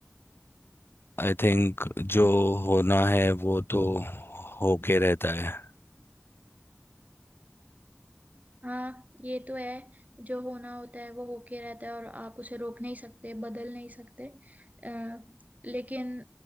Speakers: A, on the left; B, on the right.
A: आई थिंक जो होना है वो तो होके रहता है
B: हाँ ये तो है जो होना होता है वो होके रहता है और आप उसे रोक नहीं सकते बदल नहीं सकते आ, लेकिन